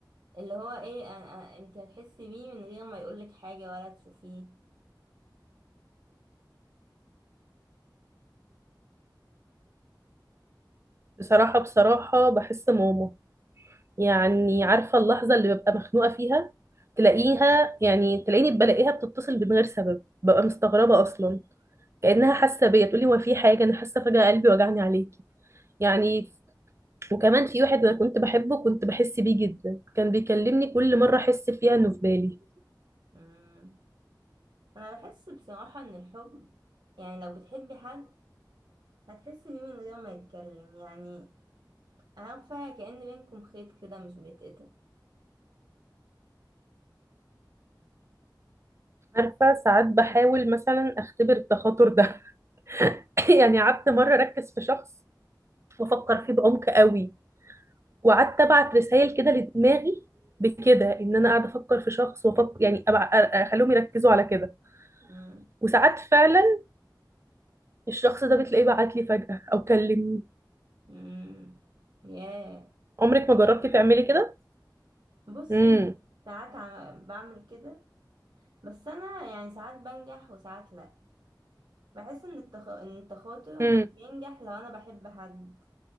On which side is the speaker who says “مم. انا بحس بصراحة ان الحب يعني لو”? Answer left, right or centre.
Right